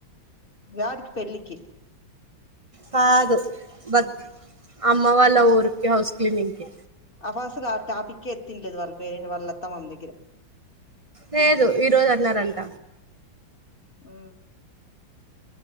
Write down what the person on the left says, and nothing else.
ఎడికి పెళ్ళికి,
అ బస్సు ల ఆ టాపికే ఎత్తింది లేదు వాని పేరు వాళ్ళ అత్త మన దగ్గర,
ఊ